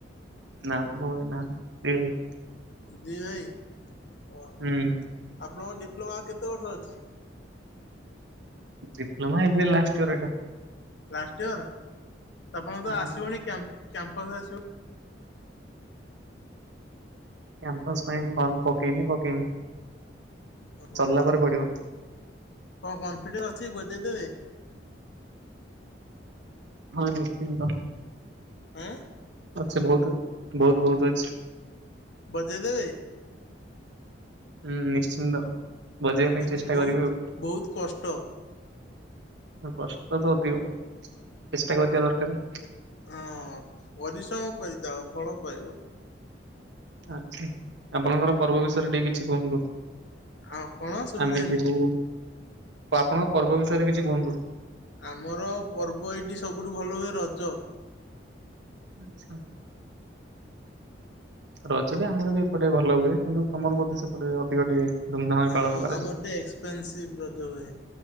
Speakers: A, on the right; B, on the left.
A: ନା ମୋ ଭଉଣି ନାହାନ୍ତି ଦି ଭାଇ
B: ଦି ଭାଇ ଓହୋ
A: ହୁଁ
B: ଆପଣଙ୍କ ଡିପ୍ଲୋମା କେତେ ବର୍ଷ ଅଛି
A: ଡିପ୍ଲୋମା ଏବେ ଲାଷ୍ଟ ଇୟର ଏଟା
B: ଲାଷ୍ଟ୍ ଇୟର୍ ଆପଣ
A: ହଁ
B: ତ ଆସିବଣି କ୍ୟାମ୍ପ କ୍ୟାମ୍ପସ ଆସିବ
A: କ୍ୟାମ୍ପସ ପାଇଁ ଫର୍ମ ପକେଇନି ପକେଇମି
B: ହଁ
A: ସର୍ଲା ପରେ ପଡିବ
B: କଣ କନଫିଡେଣ୍ଟ ଅଛି ବଜେଇ ଦେବେ
A: ହଁ ନୀଶ୍ଚିନ୍ତ
B: ହଁ
A: ଅଛି ବହୁତ୍ ବହୁତ୍ ବହୁତ୍ ଅଛି
B: ବଜେଇ ଦେଲେ
A: ହୁଁ ନୀଶ୍ଚିନ୍ତ ବଜେଇବା ପାଇଁ
B: କିନ୍ତୁ
A: ଚେଷ୍ଟା
B: ବହୁତ
A: କରିବି ଆଉ
B: ବହୁତ କଷ୍ଟ
A: ହଁ କଷ୍ଟ ତ ଅଧିକ ଚେଷ୍ଟା କରିିିବା ଦରକାରେ
B: ହଁ ପରିଶ୍ରମ କରି ଚାଳ ଫଳ ପାଇବ
A: ଆଛା ଆପଣଙ୍କର ପର୍ବ ବିଷୟରେ ଟିକେ କିଛି କୁହନ୍ତୁ
B: ଆଉ କଣ ଶୁଭିଲାନି
A: ଆମେ ଯିବୁ ତ ଆପଣଙ୍କ ପର୍ବ ବିଷୟରେ କିଛି କୁହନ୍ତୁ
B: ଆମର ପର୍ବ ଏଇଜି ସବୁଠୁ ଭଲ ହୁଏ ରଜ
A: ଆଛା ରଜ ବି ଆମର ବି ଏପଟେ ଭଲ ହୁଏ କିନ୍ତୁ ତମର ବୋଧେ ସେପଟେ ଅଧିକ ଟିକେ ଧୁମଧାମରେ
B: ହଁ
A: ପାଳନ କରାଯାଏ।
B: ଆମ ଟେ ଏକ୍ସପେନସିଭ ରଜ ହୁଏ